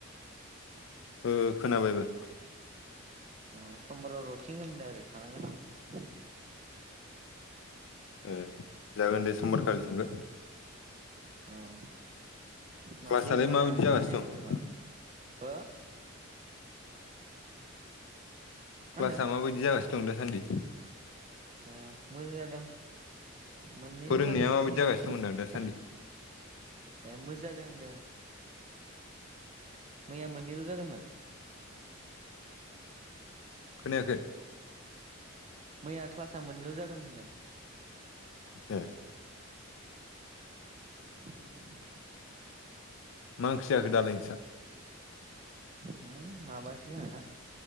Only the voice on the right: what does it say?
ओ समबाराव रथिंहोगोननो आरो थांनांगोन
औ मा
दैबाना
जानानै
थांनो हायाखै
नामा हो मा
होनदों
ओ मोजां जादों मोननैल'
जादोंमोनलै
मैया
ए
मोजां जादों होनदों मैया मोननैल' जादोंमोन?
मैया क्लासा मोननैल' जादोंमोन होनदों
<inaudible>
नै माबासो जाहाना